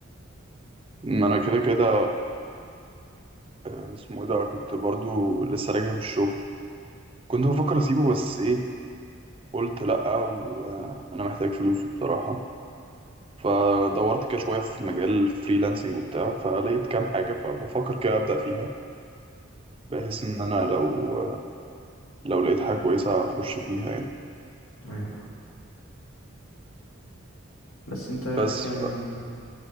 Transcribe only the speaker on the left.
ايوه فاهم بس انت رايك
يعني